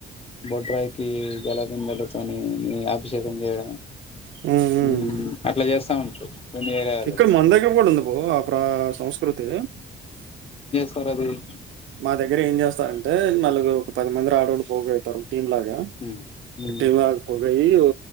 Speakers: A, on the left; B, on the right.
A: బొడ్రాయికి జలదిందలతోని అభిషేకం చేయడం
B: హ్మ్. హ్మ్.
A: ఉ అట్లా చేస్తా ఉంటారు కొన్ని ఏరియాలలో
B: ఇక్కడ మన దగ్గర కూడా ఉంది బ ఆ ప్ర సంస్కృతి
A: పరధి
B: మా దగ్గర ఏం చేస్తారంటే నలుగురు ఒక పది మంది రాడోళ్ళు పోగ అయితారు టీం లాగా
A: ఉమ్ ఉమ్
B: టీం లాగా పోొగయి ఓ